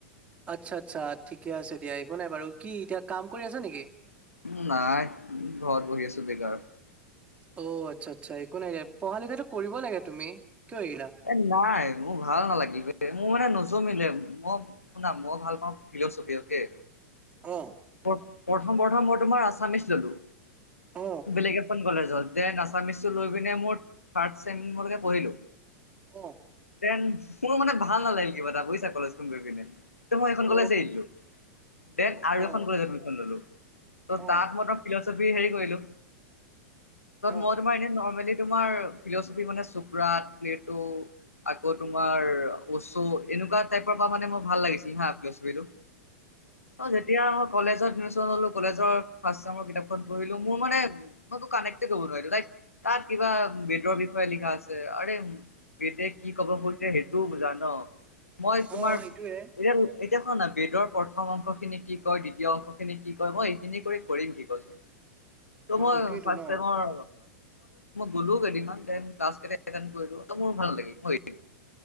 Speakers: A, on the right; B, on the left.
A: আচ্ছা আচ্ছা ঠিকে আছে দিয়া। একো নাই বাৰু কি এতিয়া কাম কৰি আছা নেকি।
B: উম নাই ঘৰত বহি আছোঁ বেকাৰ।
A: অ আচ্ছা আচ্ছা একো নাইকে পঢ়া লিখাটো কৰিব লাগে তুমি। কিয় এৰিলা
B: এ নাই মোৰ ভাল নালাগিলে মোৰ মানে নোজমিলে মই শুনা মই ভাল পাওঁ। ফিলচফি অকলে।
A: অহ
B: প্ৰথম প্ৰথম মই তোমাৰ আছামিচ ললোঁ
A: অ
B: বেলেগ এখন কলেজ। য'ত যে আচামিচটো লৈ পিনে মোৰ থাৰ্ড ছেম লৈকে পঢ়িলোঁ।
A: অহ।
B: এন্ড মোৰ মানে ভাল নালাগিল কিবা এটা বুজিছা কলেজ খন গৈ কিনে। মই এইখন
A: অ
B: কলেজ এৰি দিলোঁ দেন আৰু
A: অ
B: এখন কলেজ এডমিশন ললোঁ।
A: অ
B: তাত মই ফিলছফী হেৰি কৰিলোঁ
A: অ
B: মই তোমাৰ এনে নৰমেলি। তোমাৰ ফিলচফি মানে চুপৰাত প্লেট। আকৌ তোমাৰ ওচো এনেকুৱা টাইপৰ পৰা মানে মোৰ ভাল লাগিছিল হা আপ্ল ফিলছফিটো। অ যেতিয়া আহক। কলেজত এডমিশ্যন ললোঁ কলেজৰ ফাষ্ট ছেম কিতাপখন পঢ়িলোঁ মোৰ মানে মই কানে্টেড হ'ব নোৱাৰিলোঁ লাইক। তাত কিবা বেদৰ বিষয়ে লিখা আছে আৰে কেতিয়া কি কব খুজিছে সেইটোও বোজা ন মই তোমাৰ
A: অ সেইটোয়ে
B: এতিয়া এতিয়া শোৱা না বেদৰ প্ৰথম অংশ খিনি কি কয় দ্বিতীয় অংশখিনি কি কয় মই এইখিনি কৰি কৰিম কি কোৱাচোন?
A: <inaudible>
B: মই
A: সেইটোয়েতো
B: ফাতেমৰ
A: ন
B: গলোও কেইদিনমানল গলো মোৰ ভাল লাগিল।